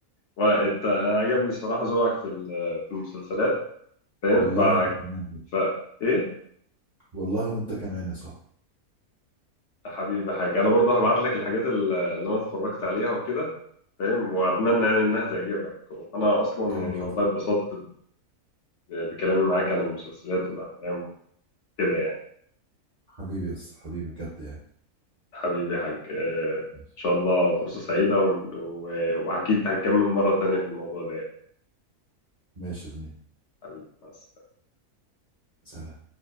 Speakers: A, on the left; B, on the right.
A: وانت انا عجبني صراحه ذوقك في ال- في المسلسلات فاهم
B: والله
A: ف...
B: وأنت كمان يا-
A: ف... ايه
B: والله وأنت كمان يا صاحبي
A: حبيبي يا حاج انا برضه هبعت لك الحاجات ال- اللي انا اتفرجت عليها وكده فاهم واتمنى يعني انها تعجبك انا اصلا
B: يا عم
A: يعني
B: خلص
A: والله اتبسطت ب- بكلامي معاك عن المسلسلات والافلام وكده يعني
B: حبيبي يا اسطى حبيبي بجد يعني
A: حبيبي يا حاج آه، ان
B: ماشي
A: شاء الله فرصة سعيدة ون- و- واكيد هنكمل مرة تانية في الموضوع ده يعني.
B: ماشي يا زميلي
A: حبيبي مع السلامة
B: سلام